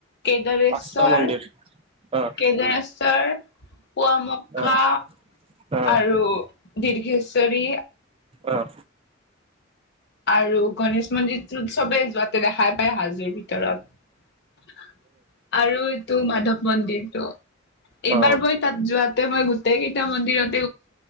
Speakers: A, on the left; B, on the right.
A: কেদৰেশ্বৰ
B: পাঁচটা মন্দিৰ আহ
A: কেদনশৰ পোৱা
B: আহ
A: <inaudible>
B: আহ
A: আৰু দীৰ্ঘেশ্বৰী
B: আহ
A: আৰু গণেশ মন্দিৰটো চবেই যোৱাতে দেখাই পায় হাজোৰ ভিতৰত আৰু এইটো মাধৱ মন্দিৰটো এইবাৰ
B: অ
A: বৈ তাত যোৱাত মই গোটেই কেইটা মন্দিৰত